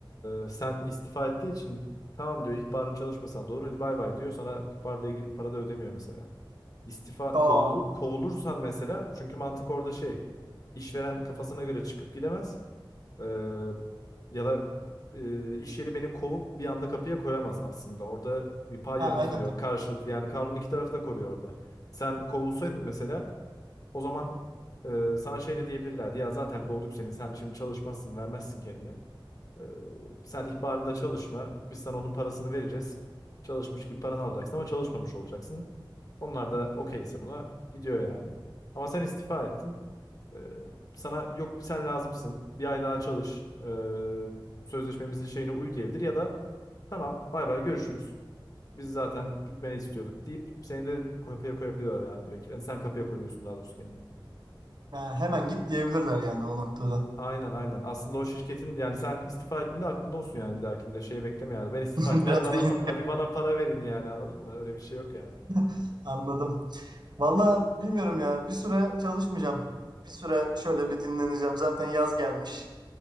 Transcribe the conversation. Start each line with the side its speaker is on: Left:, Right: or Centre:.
Left: E, sen istifa ettiği için tamam diyor ihbarın çalışmasan da olur hadi bay bay diyor. Sana ihbarla ilgili para da ödemiyor mesela. İstifa
Right: Aa,
Left: kovulur, kovulursan mesela çünkü mantık orada şey işveren kafasına göre çıkıp gidemez. Ee, ya da e, iş yeri beni kovup bir anda kapıya koyamaz aslında. Orada bir pay
Right: ha,
Left: yaratıyor
Right: aynen tabii.
Left: karşılıklı yani kanun iki tarafı da koruyor orada. Sen kovulsaydın mesela o zaman e, sana şey de diyebilirlerdi ya zaten kovduk seni sen şimdi çalışmazsın vermezsin kendini. Ee, sen ihbarında çalışma. Biz sana onun parasını vereceğiz. Çalışmış gibi paranı alacaksın ama çalışmamış olacaksın. Onlar da okeyse buna gidiyor yani. Ama sen istifa ettin. Ee, sana yok bir sen lazımsın. Bir ay daha çalış. Ee, sözleşmemizin şeyine uy diyebilir ya da tamam bay bay görüşürüz. Biz zaten gitmeni istiyorduk deyip seni de kapıya koyabiliyorlar yani direkt. Yani sen kapıya koyuyorsun daha doğrusu kendini.
Right: Yani hemen git diyebilirler yani o noktada.
Left: Aynen aynen. Aslında o şirketin yani sen istifa ettiğinde aklında olsun yani bir dahakinde şey bekleme yani. Ben istifa
Right: <laughs>
Left: ettim
Right: Biraz
Left: hadi bana
Right: da in-
Left: pa- hadi bana para verin yani anladın mı? Öyle bir şey yok yani.
Right: <laughs> anladım. Valla bilmiyorum ya. Bir süre çalışmayacağım. Bir süre şöyle bir dinleneceğim. Zaten yaz gelmiş.